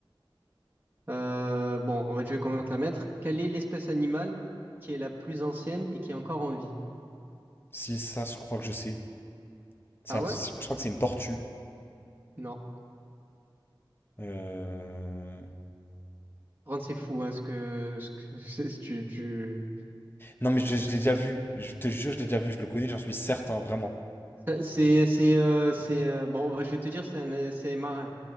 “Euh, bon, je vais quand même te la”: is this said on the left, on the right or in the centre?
Right